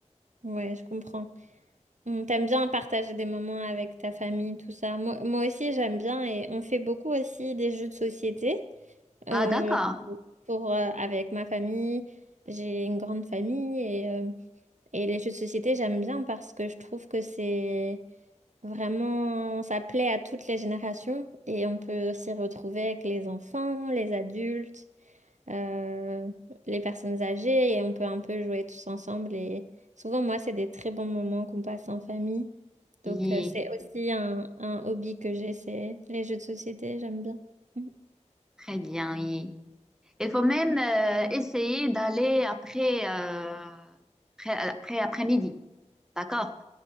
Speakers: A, on the right; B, in the centre.
A: Oui, je comprends. On t'aime bien partager des moments avec ta famille, tout ça. Moi, moi aussi, j'aime bien et on fait beaucoup aussi des jeux de société euh,
B: Ah, d'accord.
A: pour, euh, avec ma famille. J'ai une grande famille et, euh, et les jeux de société, j'aime bien parce que je trouve que c'est vraiment, ça plaît à toutes les générations et on peut s'y retrouver avec les enfants, les adultes euh, les personnes âgées et on peut un peu jouer tous ensemble. Et souvent, moi, c'est des très bons moments qu'on passe en famille. Donc,
B: Oui,
A: euh, c'est aussi un, un hobby que j'ai, c'est les jeux de société, j'aime bien. Mm.
B: très bien, oui. Il faut même euh, essayer d'aller après, euh, après, après, après-midi. D'accord?